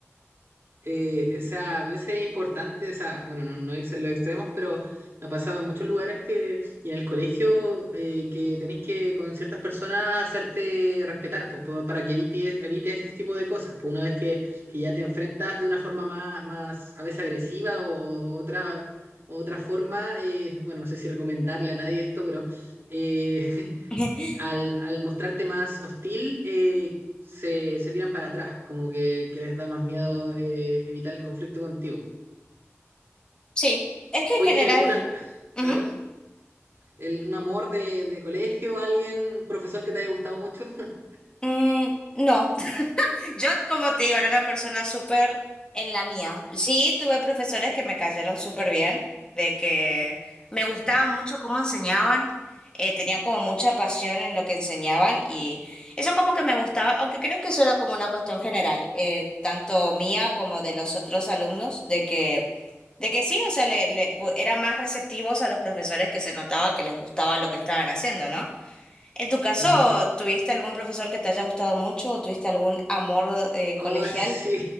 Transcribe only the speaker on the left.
<laughs>
sí, es
que en general,
ujú,
mm, no. Yo, como te digo, era una persona súper en la mía. Sí, tuve profesores que me cayeron súper bien, de que me gustaba mucho cómo enseñaban, eh, tenían como mucha pasión en lo que enseñaban y eso como que me gustaba, aunque creo que eso era como una cuestión general, eh, tanto mía como de los otros alumnos, de que, de que sí, o sea, le, le, eran más receptivos a los profesores que se notaba que les gustaba lo que estaban haciendo, ¿no? En tu caso,
¿tuviste algún profesor que te haya gustado mucho o tuviste algún amor eh,
colegial?